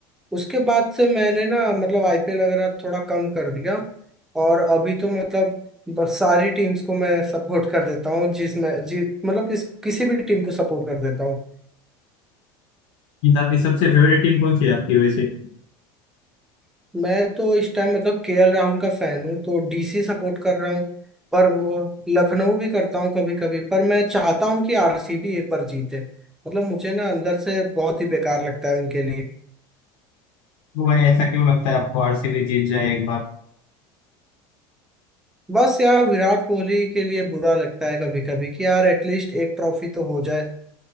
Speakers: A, in the centre; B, on the left (about 60°).
A: उसके बाद से मैंने ना मतलब आईपीएल वगैरह थोड़ा कम कर दिया और अभी तो मतलब बस सारी टीम्स को मैं सपोर्ट कर देता हूँ जिसमें जी मतलब इस किसी भी टीम को सपोर्ट कर देता हूँ
B: इन सबकी सबसे फेवरेट टीम कौन सी है आपकी वैसे
A: मैं तो इस टाइम मतलब केएल राहुल का फैन हूँ तो डीसी सपोर्ट कर रहा हूँ पर वो लखनऊ भी करता हूँ कभी कभी पर मैं चाहता हूँ कि आरसीबी एक बार जीते मतलब मुझे ना अंदर से बहुत ही बेकार लगता है उनके
B: तो भाई ऐसा क्यों लगता है आपको आरसीबी जीत जाए एक बार
A: बस यार विराट कोहली के लिए बुरा लगता है कभी कभी कि यार एटलीस्ट एक ट्रॉफी तो हो जाए